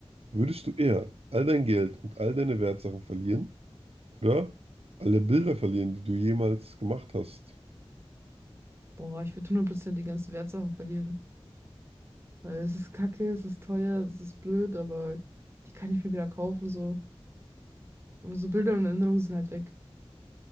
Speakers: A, on the right; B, on the right.
A: Würdest du eher all dein Geld und all deine Wertsachen verlieren oder alle Bilder verlieren, die du jemals gemacht hast?
B: Boah, ich würde hundert Prozent die ganzen Wertsachen verlieren. Weil es ist kacke, es ist teuer, es ist blöd, aber die kann ich mir wieder kaufen, so. Aber so Bilder und Erinnerungen sind halt weg.